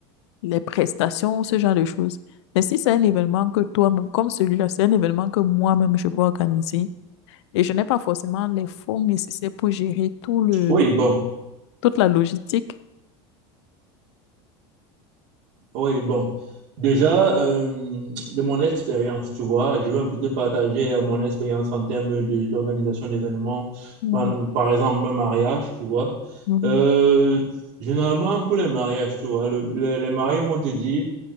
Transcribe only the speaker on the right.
oui bon
oui bon déjà euh, de mon expérience tu vois je vais un peu te partager euh, mon expérience en termes de d'organisation d'événements
par, par exemple un mariage tu vois
Euh, généralement pour les mariages tu vois le- les les mariés vont te dire